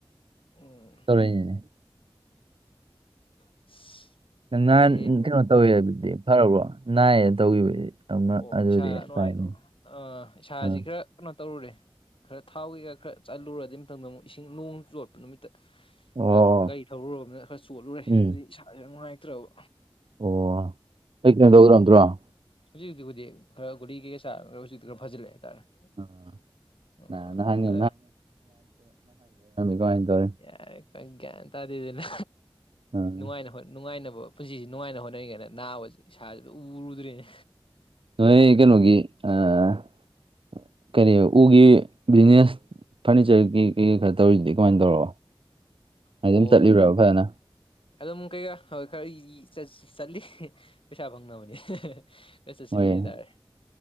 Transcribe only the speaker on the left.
ꯎꯝ
ꯎꯝ <unintelligible>
ꯀꯨꯏꯔꯦ
ꯑꯣ
ꯏꯁꯥ ꯅꯨꯡꯉꯥꯏꯗ
ꯑꯥ ꯏꯁꯥꯁꯤ
ꯈꯔ ꯀꯣ ꯇꯧꯔꯨꯔꯦ ꯈꯔ ꯊꯥꯎ ꯀꯩꯀꯥ ꯈꯔ ꯆꯠꯂꯨꯔ ꯑꯗꯨꯏ ꯃꯇꯝꯗ ꯑꯃꯨꯛ ꯏꯁꯤꯡ ꯅꯣꯡ ꯆꯣꯠꯄ ꯅꯨꯃꯤꯠꯇ
ꯈꯔ ꯒꯥꯔꯤ ꯊꯧꯔꯨꯔꯕꯅ ꯈꯔ ꯆꯣꯠꯂꯨꯔꯦ
ꯑꯗꯨꯗꯤ ꯏꯁꯥꯥꯁꯦ ꯌꯥꯝ ꯅꯨꯡꯉꯥꯏꯇ꯭ꯔꯕ
ꯍꯧꯖꯤꯛꯖꯤꯛꯖꯤꯛ ꯈꯔ ꯒꯨꯔꯤꯩꯥꯔ ꯍꯧꯖꯤꯛꯇꯤ ꯈꯔ ꯐꯖꯤꯜꯂꯦ ꯍꯥꯏꯇꯥꯔꯦ
ꯑꯣ
ꯑꯗ
ꯌꯥꯔꯦ ꯒ꯭ꯌꯥꯟ ꯇꯥꯗꯦꯗꯅ
ꯅꯨꯡꯉꯥꯏ ꯅꯨꯡꯉꯥꯏꯅꯕ ꯄꯨꯟꯁꯤꯁꯤ ꯅꯨꯡꯉꯥꯏꯅ ꯍꯣꯠꯅꯔꯤꯉꯥꯏꯅ ꯅꯥꯕꯁꯤ ꯏꯁꯥꯁꯤꯕꯨ ꯎꯔꯨꯗ꯭ꯔꯤꯅꯤ
ꯑꯣ
ꯑꯗꯨꯝ ꯀꯩꯀꯥ ꯍ ꯈꯔ ꯆꯠꯂꯤ ꯄꯩꯁꯥ ꯐꯪꯅꯕꯅꯤ ꯦꯁ ꯆ ꯁꯤ
ꯇꯔ